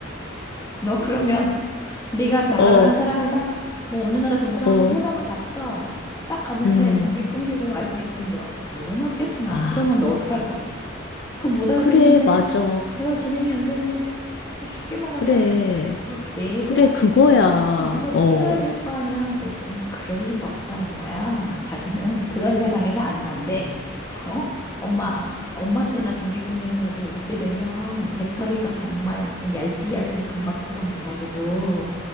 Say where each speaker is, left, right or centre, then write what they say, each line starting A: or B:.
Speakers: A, on the left; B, on the left.
A: 너 그러면 네가 잘
B: 어,
A: 나가는 사람이다? 뭐 어느 나라 정상하고
B: 어,
A: 회담을 갔어. 딱 갔는데
B: 음.
A: 전기 끊기고 와이파이 끊겨. 그럴 리는 없겠지만
B: 아,
A: 그러면 너 어떡할 건데? 그거 못 알아듣는데?
B: 그래, 맞아.
A: 대화 진행이 안 되는데? 쉽게 말하면
B: 그래,
A: 너 내장이
B: 그래, 그거야.
A: 뭐가 있어야
B: 어,
A: 될 거 아니야? 그랬더니 그럴 리가 없다는 거야. 자기는 <laughs> 그런 세상에서 안 산대. <laughs> 어? 엄마, 엄마 때나 전기 끊기는 거지. 우리 때 되면 배터리가 정말 무슨 얇디얇은 금박처럼 돼가지고,